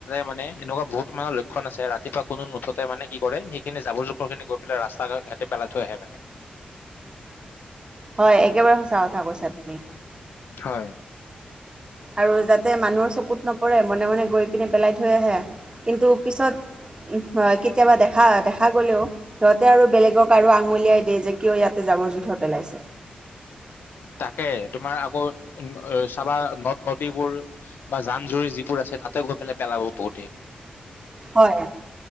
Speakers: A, on the left; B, on the right.
A: মানে এনেকুৱা বহুত মান লক্ষ্যণ আছে ৰাতিপুৱানো নুঠুতে মানে কি কৰে সেইখিনি যাব কখ খিনি গৈ পেলাই ৰাস্তা ঘাটি পেলাই থৈ আহে মানে।
B: হয় একেবাৰে সঁচা কথা কৈছা তুমি।
A: হয়।
B: আৰু যাতে মানুহৰ চকুত নপৰে মনে মনে গৈ পিনে পেলাই থৈ আহে কিন্তু পিছত কেতিয়াবা দেখা দেখা গলেও সিহঁতে আৰু বেলেগক আৰু আঙুলিয়াই দিয়ে যে কিয় ইয়াতে জাবৰ জোঁথৰ পেলাইছে
A: তাকে তোমাৰ আকৌ চাবা নদ নদীবোৰ বা জান জুৰি যিবোৰ আছে তাতে গৈ পেলাই পেলাব বহুতেই
B: হয়